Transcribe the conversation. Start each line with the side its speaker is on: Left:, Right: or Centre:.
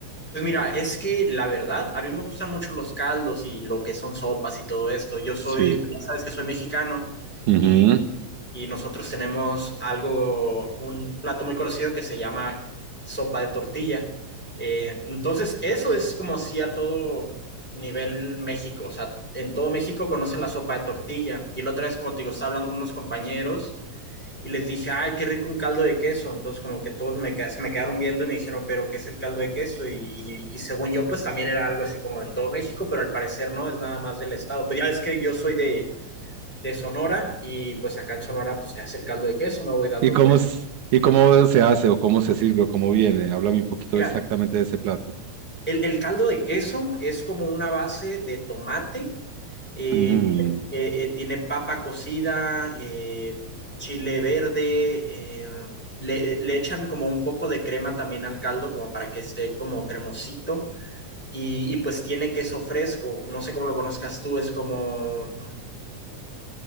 Centre: Pues mira, es que la verdad, a mí me gustan mucho los caldos y lo que son sopas y todo esto. Yo soy,
Right: Sí.
Centre: pues ya sabes que soy mexicano
Right: Ujú.
Centre: y, y nosotros tenemos algo, un plato muy conocido que se llama sopa de tortilla. Eh, entonces, eso es como si a todo nivel México, o sea, en todo México conocen la sopa de tortilla. Y la otra vez, como te digo, estaba hablando con unos compañeros y les dije, ay, qué rico un caldo de queso. Entonces, como que todos me, queda- se me quedaron viendo y me dijeron, pero ¿qué es el caldo de queso? Y, y- y según yo, pues también era algo así como en todo México, pero al parecer no, es nada más del estado. Pues ya ves que yo soy de, de Sonora y pues acá en Sonora pues se hace el caldo de queso, me voy dando
Right: ¿Y cómo
Centre: cuenta.
Right: es- y cómo se hace o cómo se sirve o cómo viene? Háblame un poquito
Centre: Mira,
Right: exactamente de ese plato.
Centre: el, el caldo de queso es como una base de tomate eh,
Right: Mm,
Centre: que- eh, eh, tiene papa cocida, eh, chile verde, eh, le, eh, le echan como un poco de crema también al caldo, como para que esté como cremosito, y, y pues tiene queso fresco, no sé cómo lo conozcas tú, es como mm,